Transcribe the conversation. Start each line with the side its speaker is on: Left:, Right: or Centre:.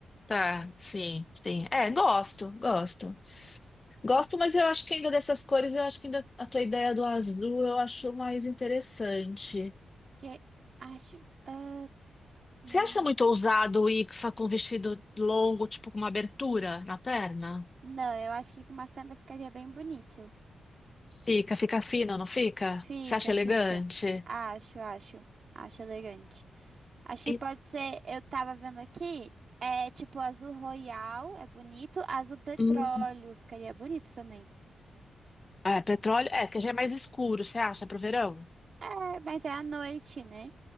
Left: Tá, sim, sim. É, gosto, gosto. Gosto, mas eu acho que ainda dessas cores, eu acho que ainda a tua ideia do azul eu acho mais interessante.
Right: Porque acho. ah, hum,
Left: Você acha muito ousado ir fa- com um vestido longo, tipo com uma abertura na perna?
Right: Não, eu acho que com uma fenda ficaria bem bonito.
Left: Fica, fica fino, não fica?
Right: Fica,
Left: Você acha elegante?
Right: fica. Acho, acho. Acho elegante. Acho que
Left: E-
Right: pode ser, eu tava vendo aqui, é tipo azul royal, é bonito, azul petróleo,
Left: hum,
Right: ficaria bonito também.
Left: é, petróleo, é, que já é mais escuro, você acha, pro verão?
Right: É, mas é à noite, né?